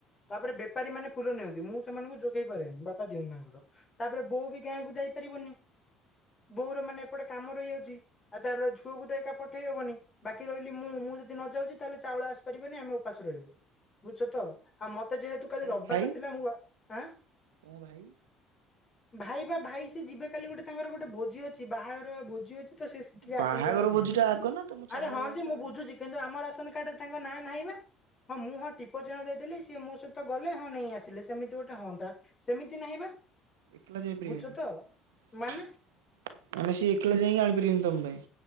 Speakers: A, on the left; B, on the right.
A: ତାପରେ ବେପାରୀ ମାନେ ଫୁଲ ନିଅନ୍ତି ମୁଁ ସେମାନଙ୍କୁ ଯୋଗେଇ ପାରେନି ବାପା ଦିଅନ୍ତି ତାଙ୍କର ତାପରେ ବୋଉ ବି ଗାଁକୁ ଯାଇ ପାରିବନି। ବୋଉର ମାନେ ଏପଟେ କାମ ରହିଯାଉଛି ଆଉ ତାର ଝୁଅକୁ ତ ଏକା ପଠେଇ ହବନି ବାକି ରହିଲି ମୁଁ ମୁଁ ଯଦି ନ ଯାଉଛି ତାହେଲେ ଚାଉଳ ଆସିପାରିବନି ଆମେ ଉପାସ ରହିବୁ ବୁଝଛ ତ ଆଉ ମତେ ଯେହେତୁ କାଲି
B: ତମ
A: ରବିବାର
B: ଭାଇ
A: ଟା ଥିଲା ମୁଁ-ଆଁ
B: ତମ ଭାଇ
A: ଭାଇ ବା ଭାଇ ସେ ଯିବେ କାଲି ଗୋଟେ ତାଙ୍କର ଗୋଟେ ଭୋଜି ଅଛି ବାହାଘର ଭୋଜି ଅଛି। ସେ ତ ସେଠିକି ଆଟେଣ୍ଡ
B: ବାହାଘର
A: କରିବାକୁ ଯିବେ
B: ଭୋଜି ଟା ଆଗ ନା ତମ ଚାଉଳ
A: ଆରେ ହଁ
B: ଘରଟା
A: ଯେ ମୁଁ
B: ଆଗ
A: ବୁଝୁଛି କିନ୍ତୁ ଆମର ରାସନ କାର୍ଡରେ ତାଙ୍କ ନାଁ ନାହିଁ ବା। ହଁ ମୁଁ ହଁ ଟିପଚିହ୍ନ ଦେଇଥିଲି ସିଏ ମୋ ସହିତ ଗଲେ ହଁ ନେଇ ଆସିଲେ ସେମିତି ଗୋଟେ ହଅନ୍ତା ସେମିତି ନାହିଁ ବା
B: ଏକଲା ଯାଇପାରିବେନି
A: ବୁଝୁଛ ତ। ମାନେ
B: ମାନେ ସିଏ ଏକଲା ଯାଇକି ଆଣିପାରିବେନି ତମ ପାଇଁ